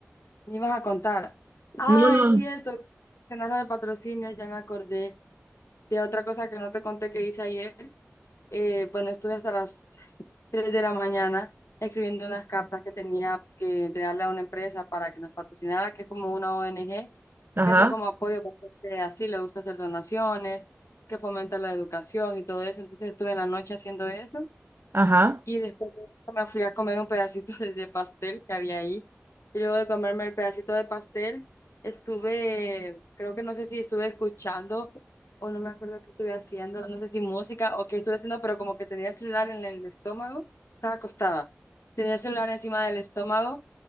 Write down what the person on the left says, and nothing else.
Me ibas a contar. Ah,
es cierto. Cenar lo de patrocinio, ya me acordé de otra cosa que no te conté que hice ayer. Eh, bueno, estuve hasta las <laughs> 3 de la mañana escribiendo unas cartas que tenía que entregarle a una empresa para que nos patrocinara, que es como una ONG
que hace como apoyo para bastante así, le gusta hacer donaciones, que fomenta la educación y todo eso. Entonces estuve en la noche haciendo eso
y después de eso me fui a comer un pedacito <laughs> de, de pastel que había ahí. Y luego de comerme el pedacito de pastel, estuve, creo que no sé si estuve escuchando o no me acuerdo qué estuve haciendo, no sé si música o qué estuve haciendo, pero como que tenía el celular en el estómago, estaba acostada. Tenía el celular encima del estómago